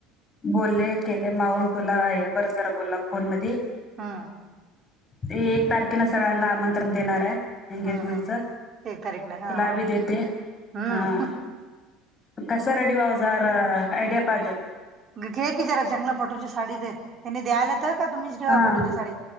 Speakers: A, on the left; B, on the right.
A: बोलले केले माऊून तुला आहे बरं बरा बोलला फोन मधी
B: हम्म.
A: ते एक तारखेला सगळ्यांना आमंत्रण देणार आहे एंगेजमेंटच
B: हं, हं. तारीख नाही. हां,
A: तुला
B: हां.
A: बी देेते हां.
B: हं. हं.
A: कस रेडी वावझार ऐडिया पाजोत.
B: घे की जरा चांगलं पटोची साडी ते त्यांनी द्यायला तर का तुम्हीच घेवा
A: हा
B: पटोची साडी.